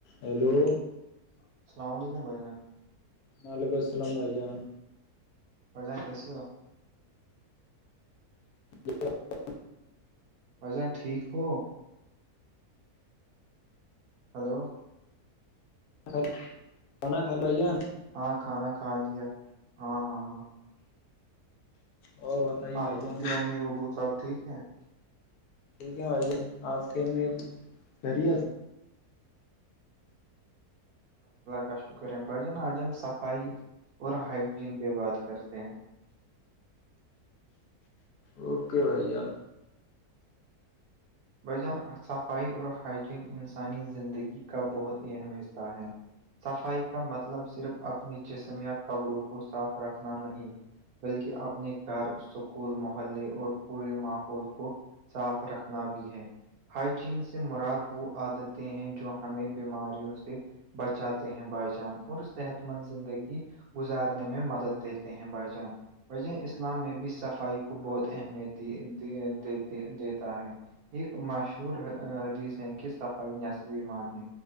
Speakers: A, on the left; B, on the right.
A: Hello
B: السلام علیکم بھائی جان
A: وعلیکم السلام بھائی جان
B: بجائن کےسو
A: ج <inaudible>
B: بھائی جان ٹھیک ہو ہلو
A: ان کانا کائے بائی جان <inaudible>
B: ہاں کھانا کھا لیا ہاں ہاں ہاں
A: اور بتائیے
B: آپ
A: بھائی جان
B: کی امی ابو صاحب ٹھیک ہیں
A: ٹھیک ہے بھائی جان آپ کے میں گی
B: کا شکر ہے بھائی جان اج صفائی اور بات کرتے ہیں
A: اوکے بھیا
B: بجان صفائی اور ہائجین انسانی زندگی کا بہت اہم حصہ ہے صفائی کا مطلب صرف اپنے جسم یا کپڑوں کو صاف رکھنا نہیں بلکہ اپنے گھر سکول محلے اور پورے ماحول کو صاف رکھنا بھی ہیں ہائجین سے مراد وہ عادتیں ہیں جو ہمیں بیماریوں سے بچاتے ہیں بائی جان اور صحت مند زندگی گزارنے میں مدد دیتے ہیں بھائی جان وجہ اسلام میں بھی صفائی کو بہت اہمیت دی دی دیتا ہے ایک مشہور حدیث ہے کہ صفائیس ومان ہے